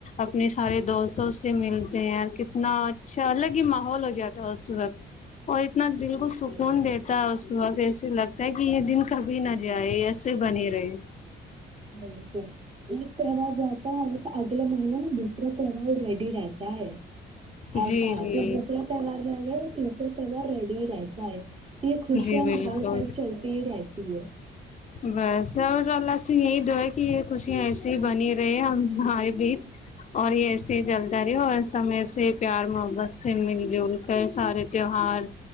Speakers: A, on the left; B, on the right.
A: اپنے سارے دوستوں سے ملتے ہیں اور کتنا اچھا الگ ہی ماحول ہو جاتا ہے اس وقت <unintelligible> اور اتنا دل
B: بالکل
A: کو سکھ <unintelligible> دیتا ہے اس وقت ایسے لگتا ہے کہ یہ دن کبھی نہ جائے ایسے بنی رہے <unintelligible>
B: بالکل ایک تہوار جاتا ہے تو اگلے مہیین ن دوسرا تہوار ریڈی رہتا ہے <unintelligible>
A: جی
B: ایسا ہے
A: جی
B: پھر دوسرا تہوار <unintelligible> سگ تسا سگا ریڈی رہتا ہے <unintelligible> خوشیاں
A: جی
B: نا
A: بالکل
B: ہر سال چلتی ہی رہتی ہے
A: بس اور اللہ <unintelligible> یہی دو ہے کہ یہ خوشیاں ایے ہی بنی رہی ہم ہمارے بیچ اور یہ ایسے ہی چلتا رہی اور سب میں سے پیار محبت سے مل جل کر سارے تیوہار